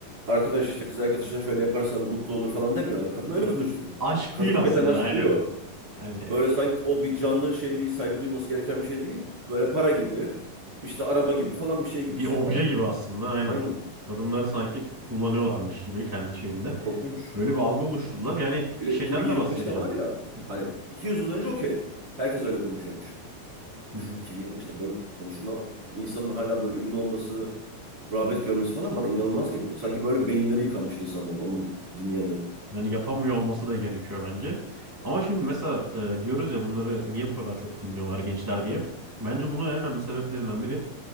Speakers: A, on the right (about 35°); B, in the centre.
A: Arkadaş işte kız arkadaşına şöyle yaparsan mutlu olur falan demiyor. Yani kadın öyle
B: Ya,
A: konuşur.
B: aşk
A: Kadın
B: değil aslında
A: metalaştırıyor.
B: aynen. Hani
A: Böyle sanki o bir canlı şey değil, saygı duyulması gereken bir şey değil. Böyle para gibi, işte araba gibi falan bir şey
B: bir
A: gibi
B: obje
A: bu anladım.
B: gibi aslında aynen.
A: Aynen.
B: Kadınları sanki kullanıyorlarmış gibi kendi şeyinde.
A: Çok korkunç.
B: Böyle bir algı oluşturdular. Yani
A: Öyle
B: şeyden
A: 2025'te
B: de bahsedeceğim.
A: var ya.
B: Hı hı.
A: Hani 200 yıl önce okey. Herkes öyle konuşuyormuş.
B: Hı
A: şu
B: hı.
A: 2025'te böyle konuşulan insanın hala böyle ünlü olması, rağbet görmesi falan bana inanılmaz geliyor. Sanki böyle beyinleri yıkanmış insanların, onun dinleyenlerin.
B: Yani yapamıyor olması da gerekiyor bence. Ama şimdi mesela e, diyoruz ya bunları niye bu kadar çok dinliyorlar gençler diye. Bence bunun en önemli sebeplerinden biri